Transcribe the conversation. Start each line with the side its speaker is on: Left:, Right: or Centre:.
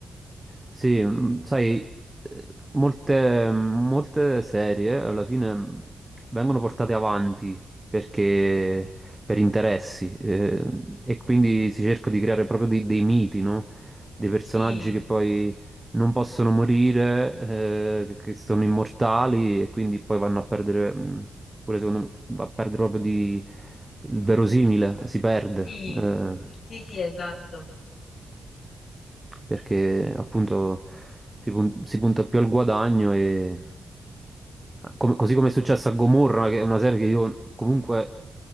Right: Sì, mm, sai, eh, molte, molte serie alla fine mm, vengono portate avanti perché per interessi eh, e quindi si cerca di creare proprio dei, dei miti, no? Dei personaggi
Left: Sì,
Right: che poi non possono morire, eh, che, che sono immortali e quindi poi vanno a perdere, mm, pure secondo me, va a perdere proprio di, il verosimile, si perde.
Left: sì,
Right: eh
Left: sì, sì, esatto.
Right: perché appunto si, pun- si punta più al guadagno e come- così come è successo a Gomorra, che è una serie che io comunque